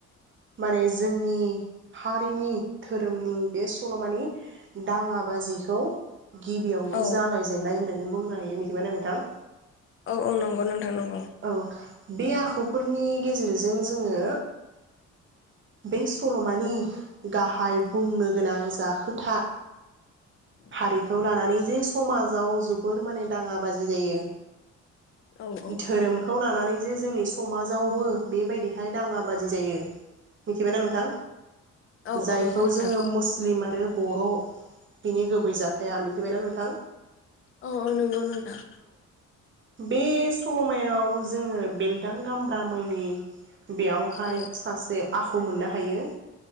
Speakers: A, on the right; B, on the left.
A: माने जोंनि हारिनि धोरोमनि बे सल'मानि दाङा बाजिखौ गि जागायजेननाय
B: औ
A: होन्नानै बुंनो हायो मिथिबायना नोंथां।
B: औ औ नंगौ नोंथां नंगौ।
A: औ बे आखुफोरनि गेजेरजों जोङो बे सल'मानि गाहाय बुंनो गोनां जा खोथा हारिखौ लानानै समाजाव जोबोर माने दाङा बाजि जायो।
B: औ औ
A: धोरोमखौ लान नानै जे जोंनि समाजावबो बेबायदिहाय दाङा बाजि जायो। मिथिबायना नोंथां
B: औ
A: जायखौ
B: औ नंगौ नोंथां
A: जोङो मुस्लिम आरो बर' बिनि गुबै जथाया मिथिबावनाय नों थां।
B: औ औ नोंगौ नोंथां।
A: बे सल'मायाव जोङो बेलदां गामब्रा मुंनि बेयावहाय
B: औ
A: सासे आखु मोननो हायो।